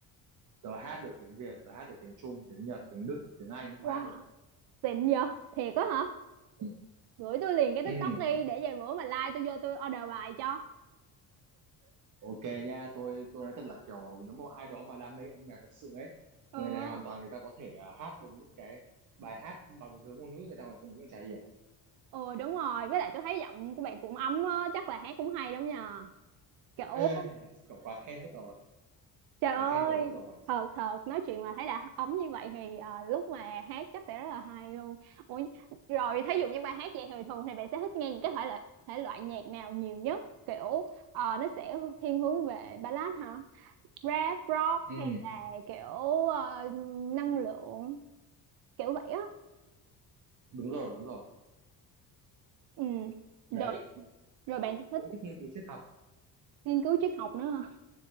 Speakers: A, on the right (about 55°); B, on the right (about 75°).
A: tớ hát được tiếng Việt tớ hát được tiếng Trung tiếng Nhật tiếng Đức tiếng Anh cũng
B: wow
A: hát được
B: xịn vậy thiệt á hả
A: ừ.
B: gửi tôi liền cái
A: Ừ.
B: TikTok đi để vài bữa mà like tôi vô tôi order bài cho
A: Ok nha, tôi tôi nói thật là kiểu nếu mà ai đó mà đam mê âm nhạc thật sự ấy,
B: ừ
A: người này hoàn toàn người ta có thể à, hát được những cái bài hát bằng thứ ngôn ngữ người ta còn thậm chí còn chả hiểu.
B: ừ đúng rồi với lại tôi thấy giọng của bạn cũng ấm á chắc là hát cũng hay lắm nhờ kiểu
A: Ê, <laughs> cậu quá khen mất rồi,
B: Trời
A: quá
B: ơi,
A: khen tớ mất rồi.
B: thật thật nói chuyện mà thấy đã ống như vậy thì ờ, lúc mà hát chắc sẽ rất là hay luôn. Ủa, rồi thí dụ như bài hát vậy thì thường thì bạn sẽ thích nghe những cái thể loại thể loại nhạc nào nhiều nhất? Kiểu ờ, nó sẽ thiên hướng về ballad hả? Rap, rock
A: Ừ,
B: hay là kiểu ờ, năng lượng kiểu vậy á.
A: đúng rồi, đúng rồi.
B: Ừ. Rồi
A: Đấy,
B: rồi
A: tớ
B: bạn sẽ thích
A: cũng thích nghiên cứu triết học.
B: nghiên cứu triết học nữa hả?